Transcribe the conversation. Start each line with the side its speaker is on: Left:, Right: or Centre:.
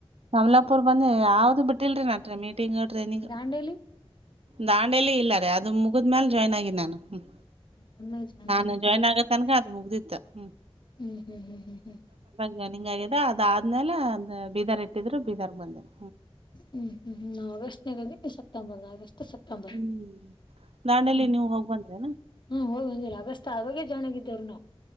Right: ನಮಲಾಪುರ್ ಬಂದ ಯಾವ್ದು ಬಿಟ್ಟಿಲ್ರಿ ನಟೆ ಮೀಟಿಂಗ್ ಹೊಡ್ರಿ ನಿಂಗ
Left: ದಾಂಡೇಲಿ
Right: ದಾಂಡೇಲಿ ಇಲ್ಲಾರೆ ಅದು ಮುಗಿದ್ಮೇಲ ಜಾಯ್ನ್ ಆಗಿದ್ದ ನಾನು ಹ್ಮ್
Left: ಚೆನ್ನಾಗಿ ಹ್ಮ್
Right: ನಾಜಾಯಿನ್ ಆಗತ್ತನ್ಗ ಅದ ಮುಗ್ದಿತ್ತ ಹ್ಮ
Left: ಹ್ಮ್ ಹ್ಮ್ ಹ್ಮ್ ಹ್ಮ್ ಹ್ಮ್
Right: ಈ ಹಂಗ ಆಗಿದೆ ಅದ ಆದ್ಮೇಲೆ ಅಂದ ಬೀದಾರ್ ಇಟ್ಟಿದ್ರು ಬೀದರ್ ಬಂದೇನೆ
Left: ಹ್ಮ್ ಹ್ಮ್ ಹ್ಮಾ ಆಸ್ಟ್ನಗಿ ಸೆಪ್ಟೆಂಬರ್ದ ಆಗಸ್ಟ್ ಸೆಪ್ಟಂಬರ್
Right: ಹ್ಮ್ ದಾಂಡೇಲಿ
Left: ಹ್ಮ
Right: ನೀವು ಹೋಗ್ ಬಂದ್ರೇನ
Left: ಹ್ಮ ಹೋಗಂದ ಆಗಸ್ ಆಾಗೇ ಚೆನ್ನಾಗಿದ್ದ್ರು ನಾವು